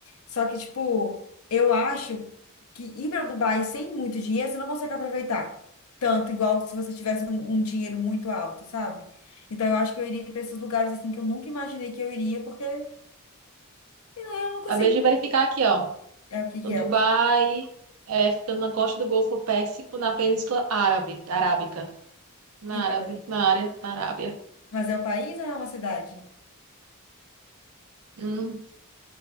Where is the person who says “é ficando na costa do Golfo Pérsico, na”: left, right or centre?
Right